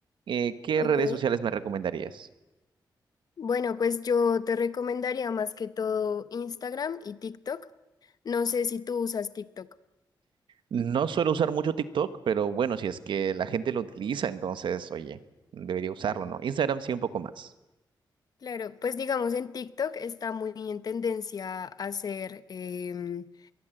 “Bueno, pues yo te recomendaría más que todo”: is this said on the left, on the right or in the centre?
Left